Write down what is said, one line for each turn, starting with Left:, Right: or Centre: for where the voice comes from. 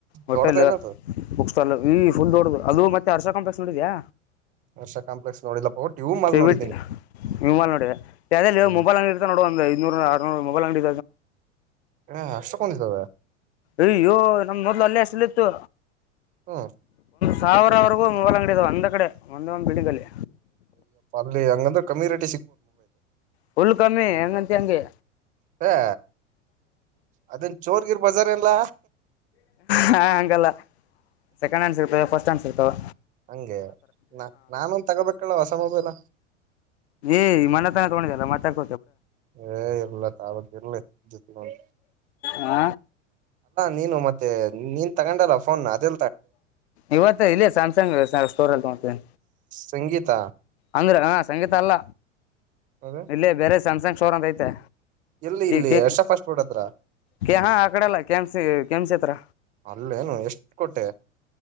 Left: ಹೋಟೆಲ್
Right: ದೊಡ್ಡದೇನದು
Left: ಬುಕ್ ಸ್ಟಾಲ್ ಈ ಫುಲ್ ದೊಡದು ಅದು ಮತ್ತೆ ಹರ್ಷಾ ಕಂಪಕ್ಸ್ ನೋಡಿದ್ಯಾ
Right: ಹರ್ಷ ಕಾಂಪ್ಲೆಕ್ಸ್ ನೋಡಿಲ್ಲಪ್ಪ ಒಟ್ ಯು ಮಾಲ್
Left: ಸೇವಿಟ್
Right: ನೋಡಿದೀನಿ
Left: ವಿಮಾನ ನೋಡ ಯಾವ ಇ
Right: ಹ್ಮ್
Left: ಮೊಬೈಲ್ ಅಂಗಡಿಡತ ನೋಡ ಒಂದ ಐನೂರುರ್ನೂರು ಮೊಬೈಲ್ ಅಂಗಡಿ
Right: ಹ ಅಷ್ಟಕೊಂಡಿದ್ದದ
Left: ಅಯ್ಯೋ ನಮ ಮೊದ್ಲು ಅಲ್ಲೇ ಅಷ್ಟಲ್ಲಿ ಇತ್ತು
Right: ಹಾ
Left: ಸಾವಿರವರೆಗೂ ಮೂಲಂಗಡಿಿದಾವ ಒಂದ್ ಕಡೆ ಒಂದ ಒಂದ್ ಬಿಡಿಗಲಿ
Right: ಹಂಗಂದ್ರ ಕಮ್ಮಿ ರ
Left: ಫುಲ್ ಕಮ್ಮಿ ಹೆಂಗಂತ ಹೆಂಂಗಗೆ
Right: ಏ ಅದೇನ್ ಚೋರ್ಗಿರ್ ಬಜಾರ್ ಎಲ್ಲ
Left: ಹಾ ಹಂಗಲ್ಲ ಸೆಕಂಡ್ ಹ್ಯಾಂಡ್ ಸಿರ್ತದೆ ಫಸ್ಟ್ ಹ್ಯಾ್ ಸಿರ್ತವೆ
Right: ಹಂಗೆ ನ ನಾನೊಂದ ತಗೋಬೇಕಲ್ಲ ಹೊಸ ಮೊಬೈಲ
Left: ಏ್ ಮನತನ ತಗೊಂಡಿದ್ದಲ್ಲ ಮತ್ತೆಾಕ
Right: ಏ ಇರ್ಲ ತಾವಾಗ ಇರ್ಲಿ ಜೊತೆಗ ಒಂದು
Left: ಆ
Right: ನೀನು ಮತ್ತೆ ನೀನ್ ತಗೊಂಡಲ್ಲ ಫೋನ್ ಅದೆ
Left: ಇವತ್ತ ಇಲ್ಲ ಸ್ಯಾಮ್ಸಂಗ್ ಸ್ಟೋರ್ ಅಲ್ಲಿ ತತೇಿ
Right: ಸಂಗೀತ
Left: ಅಂದ್ರೆ ಹ ಸಂಗೀತ ಅಲ್ಲ
Right: ಅದ
Left: ಇಲ್ಲೇ ಬೇರೆ ಸ್ಯಾಮ್ಸಂಗ್ ಶೋರ್ ಅಂತ ಐತೆ
Right: ಎಲ್ಲಿ ಇಲ್ಲಿ
Left: ಕೆ
Right: ಎಷ್ಟ ಫಾಸ್ಟ್ ಫುಡ್ ಹತ್ರ
Left: ಕೆ ಹಾ ಆ ಕಡೆಲ್ಲ ಕೆಮಸಿ ಕೆಮಸಿ ಹತ್ರ
Right: ಅಲ್ಲೇನು ಎಷ್ಟು ಕೊಟ್ಟೆ